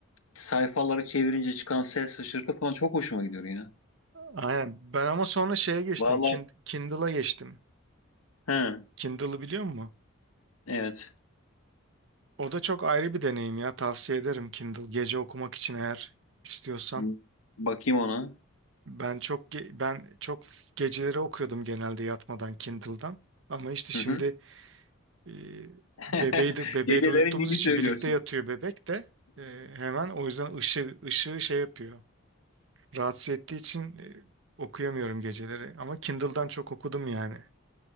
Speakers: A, on the left; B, on the right.
A: sayfaları çevirince çıkan ses şaşırtı falan çok hoşuma gidiyor ya.
B: Aynen. Ben ama sonra şeye geçtim.
A: Vallahi
B: Kin- Kindle'a geçtim.
A: Hı,
B: Kindle'ı biliyor musun?
A: evet.
B: O da çok ayrı bir deneyim ya. Tavsiye ederim Kindle. Gece okumak için eğer istiyorsan.
A: Hı, Bakayım ona.
B: Ben çok ge- ben çok geceleri okuyordum genelde yatmadan Kindle'dan. Ama işte şimdi
A: Hı hı.
B: e,
A: <laughs>
B: bebeği de, bebeği
A: Gecelerin
B: de uyuttuğumuz
A: dini
B: için
A: söylüyorsun.
B: birlikte yatıyor bebek de. E, hemen o yüzden ışığı ışığı şey yapıyor. Rahatsız ettiği için e, okuyamıyorum geceleri. Ama Kindle'dan çok okudum yani.